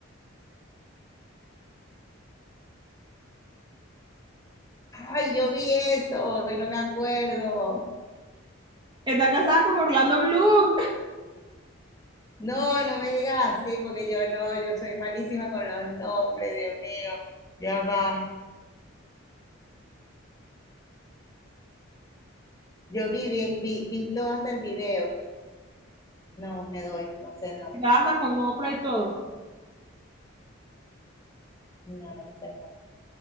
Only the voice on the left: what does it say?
Ay, yo vi eso y no me acuerdo.
No, no me digas así porque yo no, yo soy malísima con los nombres, Dios mío. Ya va. Yo vi, vi, vi todo hasta el video. No, me doy, no sé el nombre.
No, no sé el nombre.